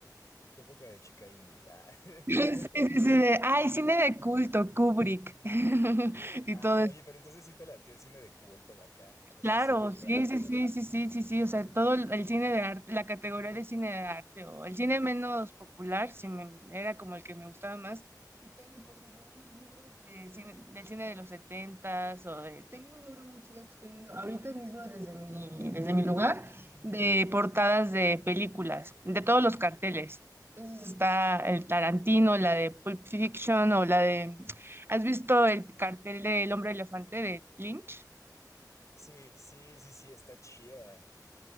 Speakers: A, on the left; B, on the right.
A: Tu época de chica indie. Ah. <laughs>
B: Sí, sí, sí, de, ay, cine de culto, Kubrick <laughs> y
A: Ah,
B: todo
A: oye, pero entonces sí te latía el cine de culto y acá, cosas
B: Claro,
A: underground.
B: sí, sí, sí, sí, sí, sí, sí, o sea, todo el, el cine de arte, la categoría de cine de arte o el cine menos popular, sí me- era como el que me gustaba más. Y tengo, por ejemplo, unos libros de cine- del cine de los setentas o de... Tengo un libro muy chido que estoy viendo ahorita mismo desde mi, desde mi lugar, de portadas de películas, de todos los carteles. Entonces está el Tarantino, la de Pulp Fiction o la de... ¿Has visto el cartel del Hombre Elefante de Lynch?
A: Sí, sí, sí, sí, está chida.